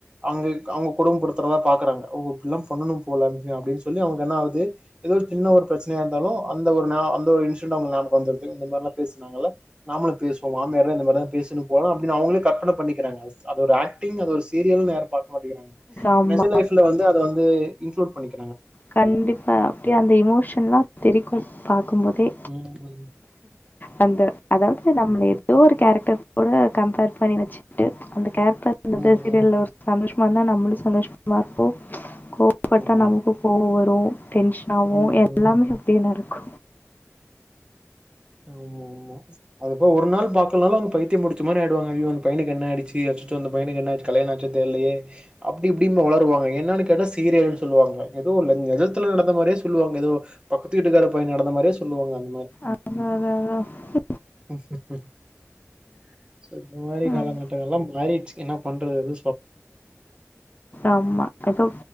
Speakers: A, on the right (about 20°); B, on the left (about 35°).
A: அவங்கள்கு அவங்க கொடும படுத்துறதா பாக்குறாங்க ஓ இப்படிலா பண்ணணு போல அப்டின்னு சொல்லி அவங்க என்ன ஆகுது ஏதோ ஒரு சின்ன ஒரு பிரச்சனையா இருந்தாலு அந்த ஒரு நா அந்த ஒரு இன்சிடென்ட் அவங்களுகு நியாபக வந்துருது இந்த மாதிரிலா பேசினாங்கல்ல நாமளு பேசுவோ மாமியார்னா இந்த மாரிதா பேசனு போல அப்படின்னு அவங்களே கற்பனை பண்ணிக்கிறாங்க அது ஒரு ஆக்டிங் அது ஒரு சீரியல்னு யாரும் பாக் மாட்டிக்கிறாங்க
B: ஆமா
A: நெஜ லைஃப்ல வந்து அத வந்து இன்குலூட் பண்ணிக்
B: கண்டிப்பா அப்டே அந்த எமோஷன்லா தெரி க்கும் பார் குமுதே
A: ம், ம்,
B: வந்து அதாவது நம்மள ஏதோ ஒரு கேரக்டர் கூட கம்பேர் பண்ணி வச்சுட்டு வந்து <unintelligible>
A: ம்,
B: சீரியல்ல ஒரு சந்தோஷ் வந்தா நம்மளும் சந்தோஷமா இருப்போம் கோவப்பட்டா
A: ஆமா
B: நமக்கு ஒவ்வொரு டென்ஷன் ஆவு
A: ம்,
B: எல்லாமே
A: ம்.
B: அப்டியே நடக்கு
A: ஆமா ஆமா அதுக்கப்புறம் ஒரு நாள் பாப்பேன் இல்லனா பைத்தியம் புடிச்ச மாரி ஆயுடுவாங்க அய்யோ அந்த பையனுக்கு என்ன ஆயிடுச்சு, அச்சசோ அந்த பையனுக்கு என்னாச்சு கலயாணாச்சா தெர்லயே அப்புடி ப் அடிம வளருவாங்க என்னன்னு கேட்டா சீரியல்ஸ் சொல்லுவாங்க எதோ <unintelligible> பக்கத்ல நடந்த மாதிரே சொல்லுவாங்க ஏதோ பக்கத்து வீட்டுக்கார பயனுகு நடந்தமாதிரியே சொ சொல்லுவாங்கள்
B: அதா அதா அதா அதா
A: அ சரி சரி <inaudible> சோ இந்த மாதிரி
B: ம்.
A: காலகட்டங்கல்லாம் மாறிட்டு என்ன பண்றது அது
B: ஆமா இப்ப